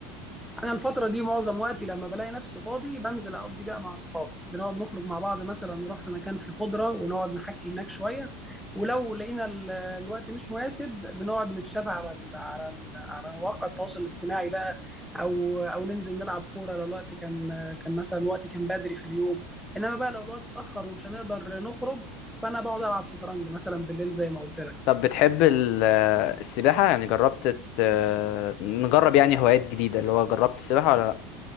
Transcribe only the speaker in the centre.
انا الفتره دي معظم وقتي لما بلاقي نفسي فاضي بنزل اقضي بقى مع اصحابي بنقعد نخرج مع بعض مثلا نروح في مكان فيه خضره ونقعد نحكي هناك شويه ولو لقينا ال- الوقت مش مناسب بنقعد نتشات على ال على ال على مواقع التواصل الاجتماعي بقى او او ننزل نلعب كوره لو الوقت كان كان مثلا وقت كان بدري في اليوم انما بقى لو الوقت اتاخر ومش هنقدر نخرج فانا بقعد العب شطرنج مثلا بالليل زي ما قلت لك